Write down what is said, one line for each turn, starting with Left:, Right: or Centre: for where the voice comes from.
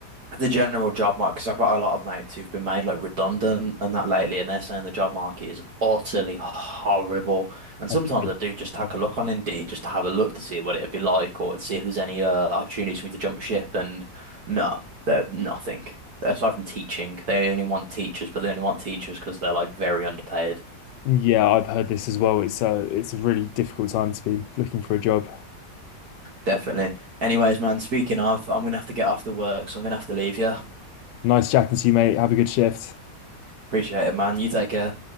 Right: the general job market, because I've got a lot of mates who've been made like redundant and that lately, and they're saying the job market is utterly horrible. And sometimes
Left: I've heard-
Right: I do just take
Left: um,
Right: a look on Indeed just to have a look to see what it'd be like or to see if there's any uh, opportunities for me to jump ship. And no, they're nothing. Aside from teaching, they only want teachers, but they only want teachers because they're like very underpaid.
Left: yeah, I've heard this as well. It's a it's a really difficult time to be looking for a job.
Right: Definitely. Anyways, man, speaking of, I'm gonna have to get off to work, so I'm gonna have to leave you.
Left: Nice chatting to you, mate. Have a good shift.
Right: Appreciate it, man. You take care.